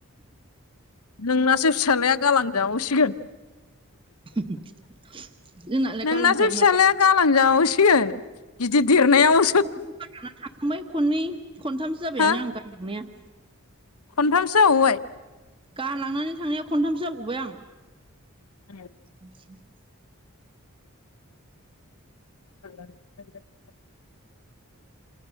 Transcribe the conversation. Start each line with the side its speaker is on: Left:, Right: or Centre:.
Left: नोंनासो फिसाज्लाया गालां जाबावसिगोन
Right: <unintelligible>
Left: नोंनासो
Right: गालांखायो
Left: फिसाज्लाया
Right: माथो
Left: गालांजाबावसिगोन गिदिर देरनायाव
Right: <unintelligible> गारलांनानै थांखांबाय खननै खनथामसो जाबायानो
Left: हो
Right: आं गारलांनाया।
Left: खनथामसो जाबावबाय।
Right: गारलांनानै थांनाया खनथामसो जाबावबाय आं।
Left: <unintelligible>
Right: <inaudible>
Left: <unintelligible>